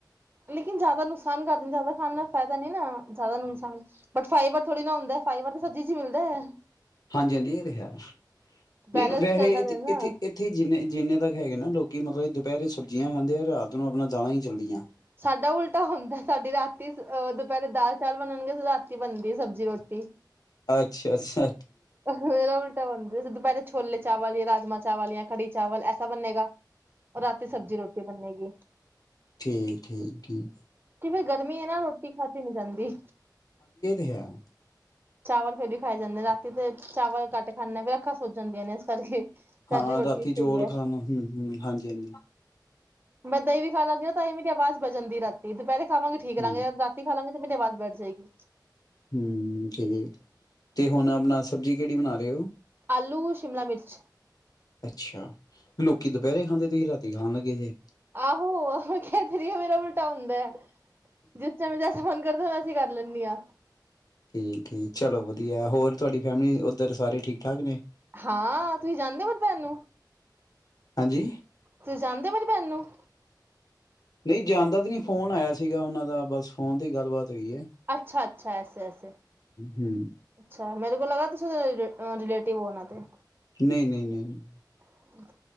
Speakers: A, on the right; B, on the left.
A: ਲੇਕਿਨ ਜ਼ਿਆਦਾ ਨੁਕਸਾਨ ਕਰ ਦਿੰਦੇ, ਜ਼ਿਆਦਾ ਖਾਣ ਨਾਲ ਫਾਇਦਾ ਨਹੀਂ ਨਾ। ਜ਼ਿਆਦਾ ਨੁਨਸਾਨ, ਬਟ ਫਇਬਰ ਥੋੜ੍ਹੀ ਨਾ ਹੁੰਦਾ ਏ, ਫਾਇਬਰ ਤੇ ਸਬਜ਼ੀ ਚ ਈ ਮਿਲਦਾ ਐ।
B: ਹਾਂਜੀ-ਹਾਂਜੀ ਏਹ ਤੇ ਹੈ, ਨਹੀਂ
A: ਬੈਲੈਂਸ
B: ਵੈਹੇ
A: ਚੱਲਦਾ
B: ਇੱਥੇ-ਇੱਥੇ
A: ਰਹਿੰਦਾ
B: ਏ ਇੱਥੇ ਜਿੰਨੇ-ਜਿੰਨੇ ਤੱਕ ਹੈਗੇ ਨਾ ਲੋਕੀ, ਮਤਲਬ ਏਹ ਦੁਪਹਿਰੇ ਸਬਜ਼ੀਆਂ ਖਾਂਦੇ ਔਰ ਰਾਤ ਨੂੰ ਆਪਣਾ ਦਾਲਾਂ ਈ ਚੱਲਦੀਆਂ ਐ।
A: ਸਾਡਾ ਉਲਟਾ ਹੁੰਦਾ, ਸਾਡੀ ਰਾਤੀ ਅਹ ਦੁਪਹਿਰੇ ਦਾਲ ਚਾਵਲ ਬਣਨਗੇ, ਰਾਤੀ ਬਣਦੀ ਏ ਸਬਜ਼ੀ ਰੋਟੀ।
B: ਅੱਛਾ-ਅੱਛਾ।
A: ਮੇਰਾ ਉਲਟਾ ਹੂੰਦਾ, ਜਿਸਾ ਦੁਪਹਿਰੇ ਛੋਲੇ ਚਾਵਲ ਯਾ ਰਾਜਮਾ ਚਾਵਲ ਯਾ ਕੜੀ ਚਾਵਲ ਐਸਾ ਬਨੇਗਾ। ਔਰ ਰਾਤੀ ਸਬਜ਼ੀ ਰੋਟੀ ਬੰਨੇਗੀ।
B: ਠੀਕ-ਠੀਕ-ਠੀਕ।
A: ਕਿਵੇਂ ਗਰਮੀ ਏ ਨਾ, ਰੋਟੀ ਖਾਦੀ ਨੀ ਜਾਂਦੀ।
B: <unintelligible>
A: ਚਾਵਲ ਫੇਰ ਵੀ ਖਾਏ ਜਾਂਦੇ, ਰਾਤੀ ਤੇ ਚਾਵਲ ਘੱਟ ਖਾਨੇ ਆ, ਫੇਰ ਅੱਖਾਂ ਸੁਜ ਜਾਂਦੀਆਂ ਨੇ, ਇਸ ਕਰਕੇ।
B: ਹਾਂ,
A: ਰੋਟੀ
B: ਰਾਤੀ
A: ਸਹੀ
B: ਚੌਲ
A: ਹੈ
B: ਖਾਣ ਹੂੰ-ਹੂੰ, ਹਾਂਜੀ-ਹਾਂਜੀ।
A: ਮੈਂ ਦਹੀਂ ਵੀ ਖਾ ਲਾਂਗੀ ਨਾ, ਤਾਂ ਵੀ ਮੇਰੀ ਆਵਾਜ਼ ਬੇਹ ਜਾਂਦੀ ਏ ਰਾਤੀ, ਦੁਪਹਿਰੇ ਖਾਵਾਂਗੇ ਠੀਕ
B: ਹੂੰ
A: ਰਾਂਗੇ ਰਾ ਰਾਤੀ ਖਾ ਲਾਂਗੇ ਤੇ ਮੇਰੀ ਆਵਾਜ਼ ਬੈਠ ਜਾਏਗੀ।
B: ਹੂੰ, ਠੀਕ, ਤੇ ਹੁਣ ਆਪਣਾ ਸਬਜ਼ੀ ਕੇਅੜੀ ਬਣਾ ਰਏ ਹੋ?
A: ਆਲੂ ਸ਼ਿਮਲਾ ਮਿਰਚ
B: ਅੱਛਾ, ਲੋਕੀ ਦੁਪਹਿਰੇ ਖਾਂਦੇ, ਤੁਸੀਂ ਰਾ ਤੀ ਖਾਣ ਲੱਗੇ ਜੇ।
A: ਆਹੋ-ਆਹੋ ਕਹਿ ਤੇ ਰਹੀ ਹਾ, ਮੇਰਾ ਉਲਟਾ ਹੁੰਦਾ ਏ। ਜਿਸ ਟਾਈਮ ਜੇ ਜੈਸੇ ਮਨ ਕਰਦਾ, ਵੈਸੇ ਈ ਕਰ ਲੈਣੀ ਆ।
B: ਠੀਕ-ਠੀਕ ਚਲੋ ਵਧੀਆ, ਹੋਰ ਤੁਆਡੀ ਫੈਮਿਲੀ ਉੱਧਰ ਸਾਰੇ ਠੀਕ ਠਾਕ ਨੇ?
A: ਹਾਂ, ਤੁਸੀਂ ਜਾਣਦੇ ਹੋ ਮੇਰੀ ਭੈਣ ਨੂੰ?
B: ਹਾਂਜੀ?
A: ਤੁਸੀਂ ਜਾਣਦੇ ਹੋ ਮੇਰੀ ਭੈਣ ਨੂੰ?
B: ਨਈ ਜਾਣਦਾ ਤੇ ਨਹੀਂ, ਫੋਨ ਆਇਆ ਸੀਗਾ ਉਹਨਾਂ ਦਾ, ਬਸ ਫੋਨ ਤੇ ਗੱਲਬਾਤ ਹੋਈ ਏ।
A: ਅੱਛਾ-ਅੱਛਾ, ਐਸੇ-ਐਸੇ। ਅੱਛਾ,
B: ਹੂੰ
A: ਮੇਰੇ ਕੋ ਲਗਾ, ਤੁਸੀਂ ਅ ਰਿਲੇਟਿਵ ਹੋ ਉਹਨਾਂ ਦੇ।
B: ਨਹੀਂ-ਨਹੀਂ-ਨਹੀਂ-ਨਹੀਂ।
A: <inaudible>